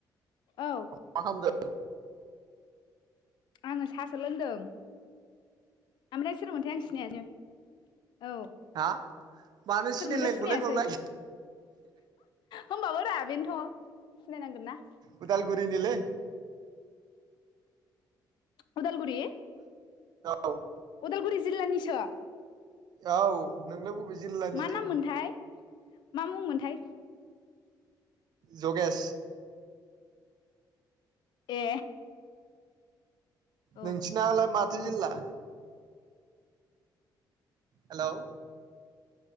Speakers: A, on the left; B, on the right.
A: औ।
B: मा खालामदों?
A: आङो साहासो लोंदों। आमफ्राय सोरमोनथाय आं सिनायानो औ
B: हा मानो
A: सोरमोनथाय
B: सिनायलायनोलै
A: सिनायासै
B: बावलाय
A: होमबाबो रा बेनोथ' सिनायनांगोन ना।
B: उदालगुरिनिलै
A: <inaudible> उदालगुरि।
B: औ।
A: उदालगुरि जिल्लानिसो।
B: औ नोंलाय बबे जिल्लानिथो।
A: मा नाम मोनथाय मा मुंमोनथाय।
B: जगेश।
A: ए। औ
B: नोंसिनालाय माथो
A: मोजां
B: जिल्ला? हेलौ।